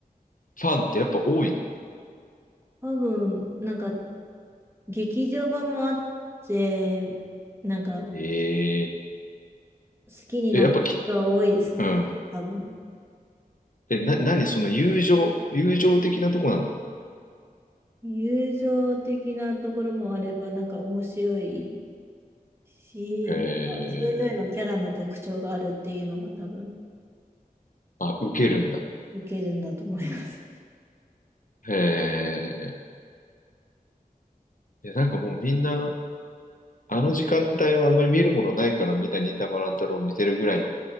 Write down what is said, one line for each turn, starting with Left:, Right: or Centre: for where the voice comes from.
Left: ファンってやっぱ多いの
Right: 多分、なんか、劇場版もあって、なんか、好
Left: え
Right: きになった人は多いですね。
Left: ー、え、やっぱき、うん。
Right: 多分。
Left: え、な、何その友情、友情的なとこなの
Right: 友情的なところもあれば、なんか面白いし、
Left: えー、
Right: なんかそれぞれのキャラの特徴があるっていうのが多分、
Left: あ、受けるんだ。
Right: 受けるんだと思います。<laughs>
Left: えー、いや、なんかもうみんな、あの時間帯はあんまり見るものないからみんな忍たま乱太郎を見てるぐらいの